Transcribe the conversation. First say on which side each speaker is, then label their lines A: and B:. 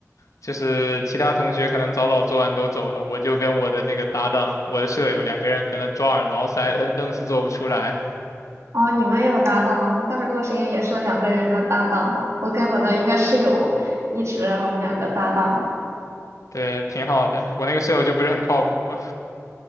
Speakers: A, on the left; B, on the right.
A: 就是其他同学可能早早做完都走了，我就跟我的那个搭档，我的舍友两个人搁那抓耳挠腮的，愣是做不出来。
B: 哦，你们有搭档，我们当时做实验也是两个人的搭档。我跟我的一个室友一直我们两个搭档，
A: 对，挺好的。我那个舍友就不是很靠谱嘛，